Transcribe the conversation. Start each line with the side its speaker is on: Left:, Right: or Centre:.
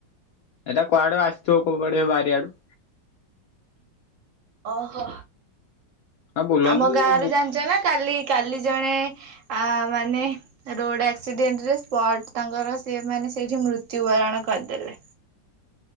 Left: ଏଇଟା କୁଆଡେ ଆସିଥିବ କଉୁଆଡେ ବାରିଆଡୁ
Right: ଓହୋ
Left: ଆଉ ବୁଲନ୍ତୁ
Right: ଆମ
Left: ବୁଲୁ
Right: ଗାଁ ରେ ଜାଣିଚ ନା କାଲି କାଲି ଜଣେ ଆ ମାନେ ରୋଡ ଆକ୍ସିଡେଣ୍ଟ ରେ ସ୍ପଟ ତାଙ୍କର ସେ ମାନେ ସେଇଠି ମୃତ୍ୟୁବରଣ କରିଦେଲେ